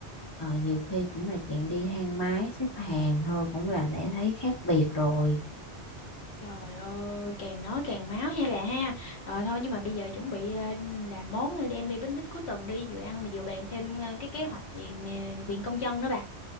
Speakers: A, on the left (about 25°); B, on the left (about 70°).
A: ờ, nhiều khi cũng là chuyện đi thang máy xếp hàng thôi cũng là đã thấy khác biệt rồi
B: Trời ơi, càng nói càng máu ha bà ha. Ờ, thôi nhưng mà bây giờ chuẩn bị ờ, làm món rồi đem đi picnic cuối tuần đi, vừa ăn mà vừa bàn thêm ờ, cái kế hoạch về ờ, viện công dân nữa bà.